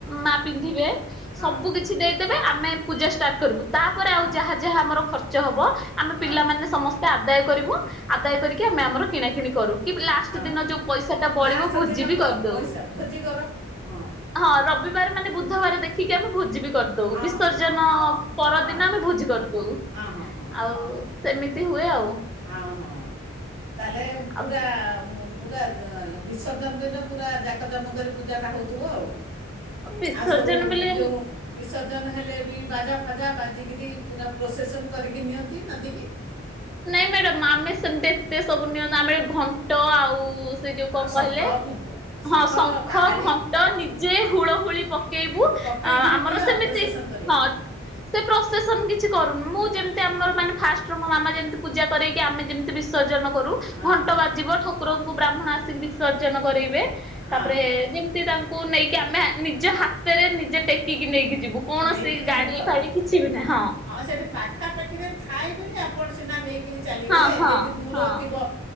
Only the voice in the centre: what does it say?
ମା ପିନ୍ଧିବେ
ସବୁ କିଛି ଦେଇ । ଦେବେ ଆମେ ପୂଜା ଷ୍ଟାର୍ଟ କରବୁ । ତାପରେ
ଆଉ ଯାହା ଯାହା ଆମର ଖର୍ଚ୍ଚ ଚ୍ଚ ହବ । ଆମେ
ପିଲାମାନେ ସମସ୍ତେ ଆଦାୟ କରିବୁ ଆଦାୟ କରିକି ଆମେ ଆମର କିଣାକିଣି କରୁ । କି ଲାଷ୍ଟ
ଦିନ ଯୋଉ ପଇସା ଟା ବଳିବ
ଭୋଜି
ବି
କରିଦଉ
ହଁ ରବି ବାର ମାନେ ବୁଧବାର ଦେଖି ଆମେ ଭୋଜି ବି କ ଦଉ
ବିସର୍ଜନ
ପରଦିନ
ଆମେ ଭୋଜି କରିଦଉ
ଆଉ । ସେମିତି ହୁଏ ଆଉ ।
ତାପରେ
ବିସର୍ଜନ
ବେଲେ
ନାଇଁ ମ୍ୟାଡ଼ାମ ଆମେ ସେମିତି ଏତେ ସବୁ ନିଅନ୍ତୁ ଆମେ ଘଣ୍ଟ ଆଉ ସେ ଯୋଉ କଣ
କହିଲେ
ହଁ ଶଙ୍ଖ
ଘଣ୍ଟ ନିଜେ
ହୁଳ ହୁଳି ପକେଇବୁ
ଆମର
ସେମିତି
ହଁ ସେ ପ୍ରସେସନ କିଛି କରୁନି ମୁଁ ଯେମତି ଆମର
ମାନେ ଫା ମୋ ମାମା ଯେମିତି ପୂଜା କରଇକି ଆମେମିତି ବିସର୍ଜ
ଘଣ୍ଟ
ବାଜିବ ଠକୁରଙ୍କୁ ଆପଣ ଆସିକି ବିସର୍ଜନ କରେଇବେ
ତାପରେ ଯେମିତି ତାଙ୍କ ଙ୍କୁ ନେଇକି ଆମେ ନିଜ ହାତରେ ନିଜେ ଟେକିକି ନେଇକି ଯିବୁ କୌଣସି
ଗାଡି
ଫାଡି କିଛି ବି ନାହିଁ
ହଁ
ହଁ
ହଁ